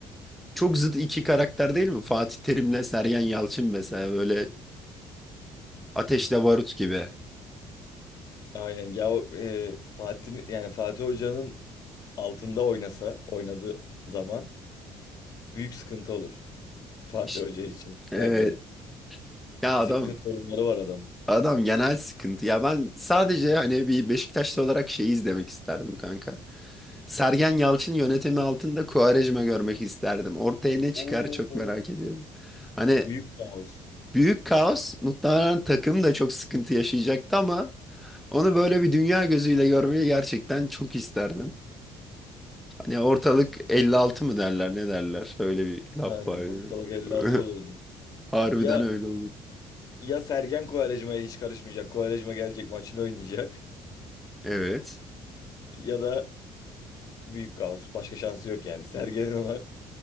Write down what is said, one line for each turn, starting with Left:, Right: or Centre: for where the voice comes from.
Centre: çok zıt iki karakter değil mi? Fatih Terim'le Sergen Yalçın mesela böyle ateşle barut gibi.
Left: Aynen ya o e, Fatih yani Fatih Hoca'nın altında oynasa oynadığı zaman büyük sıkıntı olur Fatih
Centre: İşte,
Left: Hoca için Sergen.
Centre: e, ya
Left: Disiplin
Centre: adam
Left: sorunları var adamın.
Centre: adam genel sıkıntı. Ya ben sadece hani bir Beşiktaşlı olarak şeyi izlemek isterdim kanka. Sergen Yalçın yönetimi altında Quaresma görmek isterdim. Ortaya ne çıkar
Left: Oo.
Centre: çok merak ediyorum. Hani
Left: Büyük kaos.
Centre: büyük kaos muhtemelen takım da çok sıkıntı yaşayacaktı ama onu böyle bir dünya gözüyle görmeyi gerçekten çok isterdim. Ya ortalık 56 mı derler ne derler? Öyle bir laf
Left: Aynen.
Centre: var. ya.
Left: Ortalık 56
Centre: <laughs>
Left: olurdu.
Centre: Harbiden
Left: Ya
Centre: öyle olur.
Left: ya Sergen Kovarejma'ya hiç karışmayacak. Kovarejma gelecek maçını oynayacak.
Centre: Evet.
Left: Ya da büyük kaos. Başka şansı yok yani. Sergen'in ona